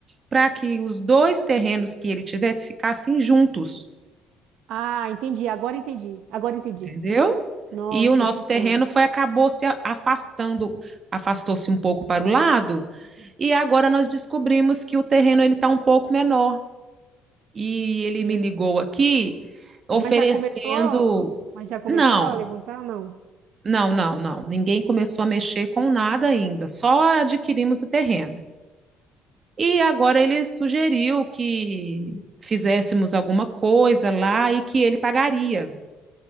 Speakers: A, on the right (about 25°); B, on the right (about 70°).
A: para que os dois terrenos que ele tivesse ficassem juntos,
B: Ah, entendi. Agora entendi. Agora entendi.
A: entendeu?
B: Nossa,
A: E o nosso
B: que história.
A: terreno foi acabou se a- afastando, afastou-se um pouco para o lado, e agora nós descobrimos que o terreno ele está um pouco menor. e ele
B: E-
A: me ligou aqui oferecendo.
B: Mas já começou? Mas já começou
A: Não,
B: a levantar? Não.
A: não, não, não. Ninguém começou a mexer com nada ainda, só adquirimos o terreno. E agora ele sugeriu que fizéssemos alguma coisa lá e que ele pagaria.